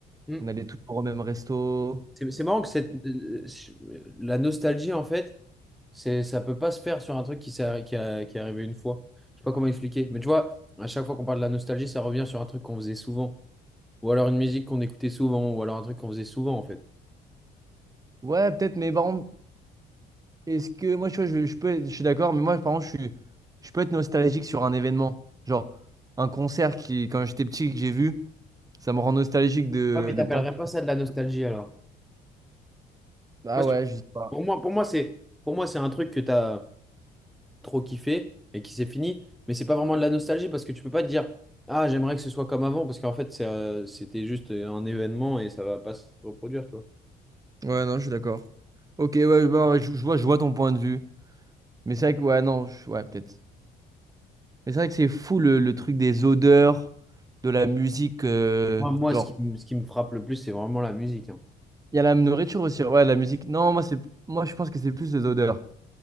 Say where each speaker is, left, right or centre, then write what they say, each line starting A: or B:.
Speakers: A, in the centre; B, on the right.
A: Mhm.
B: on allait toujours au même resto.
A: C'est c'est marrant que cette, euh, je- la nostalgie, en fait, c'est, ça peut pas se faire sur un truc qui, s'est- qui, a- qui est arrivé une fois. Je sais pas comment expliquer. Mais tu vois, à chaque fois qu'on parle de la nostalgie, ça revient sur un truc qu'on faisait souvent. Ou alors une musique qu'on écoutait souvent, ou alors un truc qu'on faisait souvent, en fait.
B: Ouais, peut-être, mais par contre, est-ce que moi, tu vois, je, je peux être- je suis d'accord, mais moi, par contre, je suis, je peux être nostalgique sur un événement. Genre, un concert qui, quand j'étais petit, que j'ai vu, ça me rend nostalgique de,
A: Ouais, mais t'appellerais
B: de penser.
A: pas ça de la nostalgie alors?
B: Ah
A: Parce
B: ouais,
A: que
B: je sais pas.
A: pour moi, pour moi, c'est, pour moi, c'est un truc que t'as. trop kiffé et qui s'est fini. Mais c'est pas vraiment de la nostalgie parce que tu peux pas te dire, ah, j'aimerais que ce soit comme avant parce qu'en fait, c'est, euh, c'était juste un événement et ça va pas se reproduire, tu vois.
B: Ouais, non, je suis d'accord. Ok, ouais, bah, je, je vois, je vois ton point de vue. Mais c'est vrai que, ouais, non, je- ouais, peut-être. Mais c'est vrai que c'est fou le, le truc des odeurs, de la musique. euh,
A: Moi, moi,
B: genre,
A: ce qui, me- ce qui me frappe le plus, c'est vraiment la musique. hein.
B: il y a la nourriture aussi. Ouais, la musique. Non, moi, c'est, moi, je pense que c'est plus les odeurs.